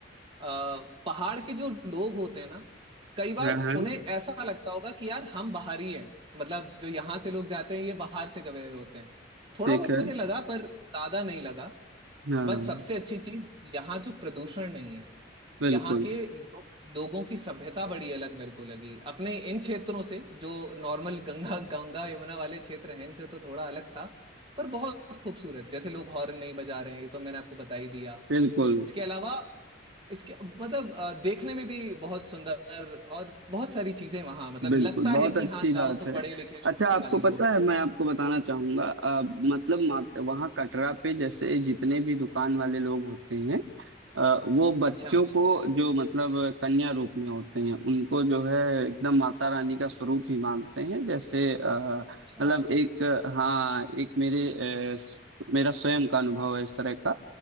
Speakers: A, on the right; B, on the right.
A: आ, पहाड़ के जो लोग होते हैं ना कई बार
B: हाँ हाँ
A: उन्हें ऐसा लगता होगा कि यार हम बाहरी हैं मतलब जो यहाँ से लोग जाते हैं ये बाहर से गए हुए होते हैं थोड़ा
B: ठीक
A: बहुत
B: है
A: मुझे लगा पर ज्यादा नहीं लगा
B: हाँ
A: बट सबसे अच्छी चीज यहाँ जो प्रदूषण नहीं है
B: बिल्कुल
A: यहाँ के लो, लोगों की सभ्यता बड़ी अलग मेरे को लगी अपने इन क्षेत्रों से जो नॉर्मल गंगा गंगा यमुना वाले क्षेत्र हैं इनसे तो थोड़ा अलग था पर बहुत खूबसूरत जैसे लोग हॉर्न नहीं बजा रहे हैं ये तो मैंने आपको बता ही दिया
B: बिल्कुल
A: इसके अलावा इसके मतलब अ, देखने में भी बहुत सुंदर और बहुत सारी चीजें वहां मतलब
B: बिल्कुल
A: लगता
B: बहुत
A: है कि
B: अच्छी
A: हाँ जाओ
B: बात
A: तो
B: है
A: पढ़े लिखे शादी
B: अच्छा आपको
A: वाले लोग
B: पता
A: हैं।
B: है मैं आपको बताना चाहूंगा अ, मतलब मात, वहाँ कटरा पे जैसे जितने भी दुकान वाले लोग होते हैं अ, वो बच्चों
A: अच्छा
B: को जो मतलब कन्या रूप में होते हैं उनको जो है एकदम माता रानी का स्वरूप ही मानते हैं जैसे अ,
A: अच्छा
B: मतलब एक हाँ एक मेरे अ, स- मेरा स्वयं का अनुभव है इस तरह का